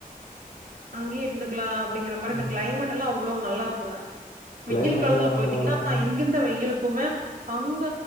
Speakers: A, on the right; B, on the left.
A: அங்கே இருந்துக்கலா அப்டிங்கிற மாரி
B: ம்
A: இந்த கிளைமேட் எல்லா அவ்ளோ நல்லா இருக்குங்க
B: கிளைமேட்லா
A: வெயில் காலத்துல
B: நல்லா
A: போயிட்டீங்கன்னா
B: இருக்கு
A: இங்கந்த வெயிலுக்குமே அங்க